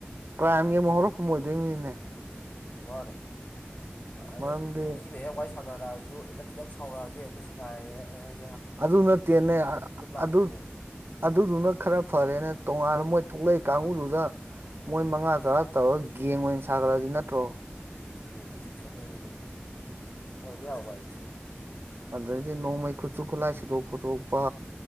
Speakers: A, on the right; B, on the left.
A: ꯀ꯭ꯔꯥꯏꯝꯒꯤ ꯑꯃꯨꯛ ꯍꯧꯔꯛꯐꯝ ꯑꯣꯏꯗꯣꯏꯅꯤꯅꯦ
B: ꯋꯥꫪ‌ꯦ ꯍꯥꯏꯗꯤ
A: ꯃꯔꯝꯗꯤ
B: ꯃꯤꯃ ꯍꯦꯛ ꯋꯥꯏ ꯁꯥꯟꯅꯔꯛ ꯑꯖꯨ ꯍ‌ꯦꯛꯇ ꯈꯤꯇꯪ ꯁꯥꯎꯔꯛꯑꯖꯨ ꯍꯦꯛꯇ ꯁꯤꯐꯥꯏꯌ‌ꯦ
A: ꯑꯗꯨ ꯅꯠꯇꯦꯅꯦ
B: ꯂꯥꯛꯇꯣꯏꯅꯦ
A: ꯑꯗꯨ ꯑꯗꯨꯗꯨꯅ ꯈꯔ ꯐꯔꯦꯅꯦ ꯇꯣꯉꯥꯟꯅ ꯃꯣꯏ ꯊꯣꯛꯂꯛꯏ ꯀꯥꯡꯕꯨꯗꯨꯗ ꯃꯣꯏ ꯃꯉꯥ ꯇꯔꯥ ꯇꯧꯔꯒ ꯒꯦꯡ ꯑꯣꯏꯅ ꯁꯥꯒꯠꯂꯗꯤ ꯅꯠꯇ꯭ꯔꯣ
B: ꯎꯝ ꯑꯗꯨꯖꯨꯅꯤ ꯑꯣꯏꯕ ꯌꯥꯕ ꯋꯥꯏꯅꯤ
A: ꯑꯗꯩꯗꯤ ꯅꯣꯡꯃꯩ ꯈꯨꯠꯁꯨ ꯈꯨꯠꯂꯥꯏ ꯁꯤꯗꯣꯛ ꯈꯣꯠꯇꯣꯛꯄ